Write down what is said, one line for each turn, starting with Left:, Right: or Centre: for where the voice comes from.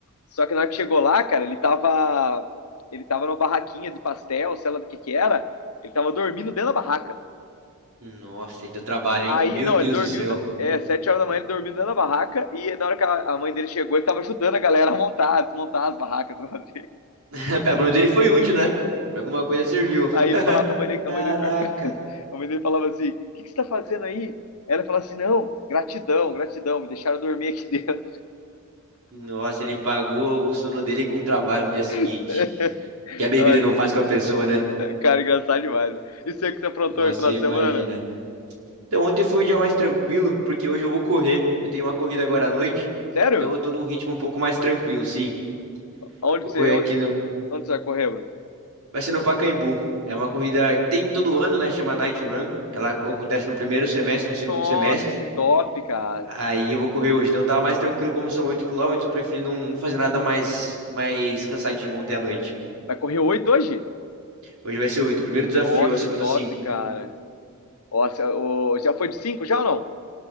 Left: Só que na hora que chegou lá, cara, ele tava. Ele tava numa barraquinha de pastel, sei lá do que que era. Ele tava dormindo dentro da barraca.
Right: Nossa, ele deu trabalho, hein?
Left: Aí,
Right: Meu
Left: não,
Right: Deus
Left: ele dormiu.
Right: do céu.
Left: da- É, sete horas da manhã ele dormiu dentro da barraca. E na hora que a, a mãe dele chegou, ele tava ajudando a galera a montar, a desmontar as barracas do rodeio.
Right: <laughs> Pelo menos ele foi útil, né? Pra alguma coisa serviu. <laughs>
Left: Aí ele falava pra mãe dele. A
Right: Caraca.
Left: mãe dele, per- <laughs> a mãe dele falava assim: O que, que você tá fazendo aí? Ela falava assim: Não, gratidão, gratidão, me deixaram dormir aqui dentro.
Right: Nossa, ele pagou o sono dele com o trabalho no dia seguinte.
Left: <laughs>
Right: que a bebida
Left: Ai,
Right: não faz com a pessoa, né?
Left: cara, engraçado demais. né? E você que você aprontou
Right: Nossa,
Left: aí no final
Right: você imagina.
Left: de semana?
Right: Então, ontem foi um dia mais tranquilo, porque hoje eu vou correr. Eu tenho uma corrida agora à noite,
Left: Sério?
Right: então eu tô num ritmo um pouco mais tranquilo, sim.
Left: Onde
Right: Vou
Left: que você,
Right: correr
Left: onde,
Right: aqui no.
Left: onde você vai correr, Bruno?
Right: Vai ser no Pacaembu. É uma corrida que tem todo ano, né? Chama Night Run. Ela ac- acontece no primeiro semestre, no segundo
Left: Nossa,
Right: semestre.
Left: que top, cara.
Right: Aí eu vou correr hoje. Então eu tava mais tranquilo, como são 8 quilômetros, eu preferi não, não fazer nada mais, mais cansativo ontem à noite.
Left: Vai correr oito hoje?
Right: Hoje vai ser 8. Primeiro desafio
Left: Nossa,
Right: acima
Left: que top,
Right: dos 5.
Left: cara. Nossa, ô, já foi de cinco já ou não?